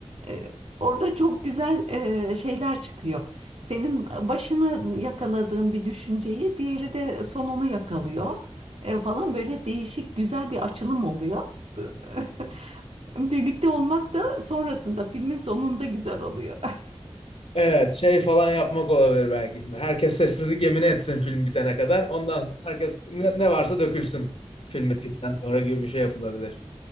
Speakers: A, on the right; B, on the left.
A: E, orada çok güzel e, şeyler çıkıyor. Senin başını yakaladığın bir düşünceyi diğeri de sonunu yakalıyor e, falan böyle değişik güzel bir açılım oluyor. <laughs> Birlikte olmak da sonrasında filmin sonunda güzel oluyor. <laughs>
B: Evet, şey falan yapmak olabilir belki. Herkes sessizlik yemini etsin film bitene kadar. Ondan sonra herkes ne, ne varsa dökülsün film bittikten sonra gibi bir şey yapılabilir.